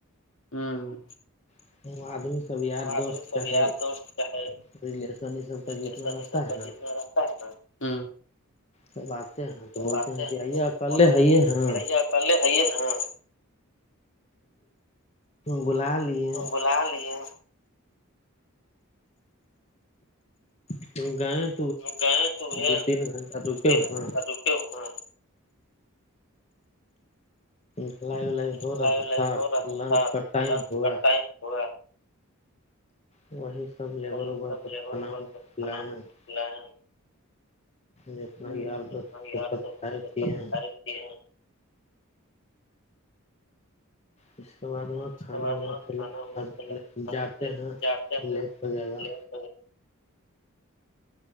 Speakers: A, on the left; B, on the left.
A: ہ
B: ہے آدمی سب یار
A: آدمی
B: دوست
A: سب
B: چاہے
A: یار دوست کا ہے
B: ریلیشن یہ سب کا
A: مس
B: جتنا رہتا
A: سب
B: ہے
A: کا
B: نا
A: جیتنا رہتا ہے نا
B: سب آتے ہیں تو
A: سب
B: بولتے
A: آتے ہیں
B: کہ آئیے
A: تو
B: اکلے
A: بولتے
B: آئیے
A: ہیں
B: ہاں
A: کہ آئییا کلے آئیے ہاں
B: بلا لیے
A: بولا لئے
B: <inaudible>
A: گئے تو وہ
B: دو تین گھنٹہ
A: دو
B: رکے
A: تین
B: ہوئے
A: گھنٹہ رکے ہو
B: فلائی ولائی
A: اپلائی
B: ہو رہا
A: ولائی
B: تھا
A: ہو رہا
B: پھر
A: تھا
B: لنچ کا ٹائم
A: لنچ
B: ہوا
A: کا ٹائم ہوا
B: وہی سب لیبر
A: وہی
B: وبر
A: سب
B: کا
A: لیبر
B: کھانا
A: وبر
B: کھلائے
A: کھانا
B: ہیں
A: <unintelligible>
B: جتنا یار دوست سب کھائے پیے ہیں اس کے بعد وہاں
A: اس
B: کھانا
A: کے بعد
B: وانا
A: وہ
B: کھلا
A: کھانا وانا چلا
B: جاتے ہیں
A: جاتے ہیں
B: لیٹ ہو جائے گا
A: لے <inaudible>